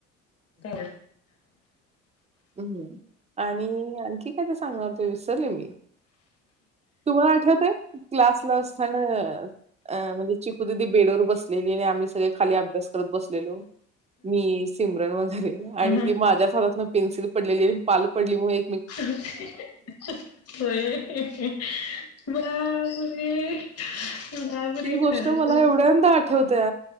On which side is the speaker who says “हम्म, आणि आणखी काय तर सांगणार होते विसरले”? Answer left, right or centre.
Right